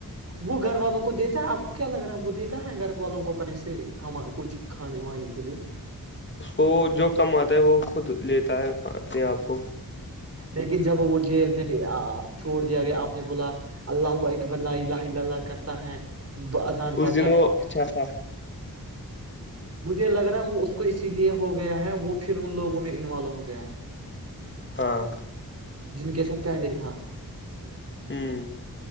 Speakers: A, on the right; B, on the left.
A: وہ گھر والوں کو دیتا ہے آپ کو کیا لگ رہا ہے وہ دیتا ہے گھر والوں کو کہ سے کما کچھ کھانے وانے کے لیے
B: اس کو وہ جو کم آتا ہے وہ خود لیتا ہے اپنے آپ کو
A: لیکن جب وہ جیل میں آ چھوڑ دیا گیا آپ نے بولا اللہ اقبرلا ال اللہ کرتا ہے ب- اذان پڑھتا
B: اس دن
A: ہے
B: وہ اچھا سا
A: مجھے لگ رہا ہے وہ اس کو اسی لیے ہو گیا ہے وہ پھر ان لوگوں میں انوالو ہو گیا ہے
B: ہاں
A: جن کے سب پہلے تھا
B: ہوں